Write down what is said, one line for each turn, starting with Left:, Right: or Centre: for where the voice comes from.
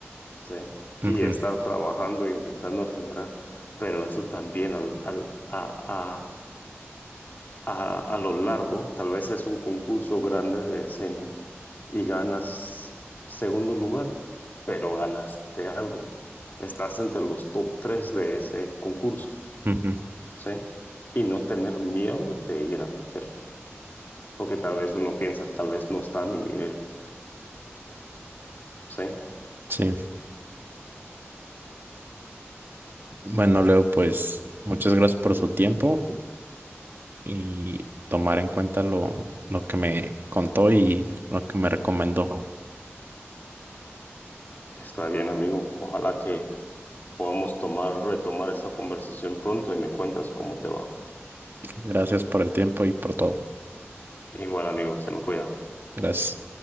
Left: ¿sí?
Right: ujú,
Left: Y estar trabajando e intentando generar, pero eso también al, al- a, a, a, a lo largo, tal vez es un concurso grande de diseño y ganas segundo lugar, pero ganaste algo. Estás entre los top tres de ese concurso.
Right: ujú.
Left: ¿sí? Y no tener miedo de ir a meterte, porque tal vez uno piensa, tal vez no está a mi nivel, ¿sí?
Right: Sí. Bueno, Leo, pues muchas gracias por su tiempo. y tomar en cuenta lo, lo que me contó y lo que me recomendó. Ok,
Left: Está bien, amigo. Ojalá que podamos tomar, retomar esta conversación pronto y me cuentas cómo te va.
Right: gracias por el tiempo y por todo.
Left: Igual, amigo, se me cuida.
Right: Gracias.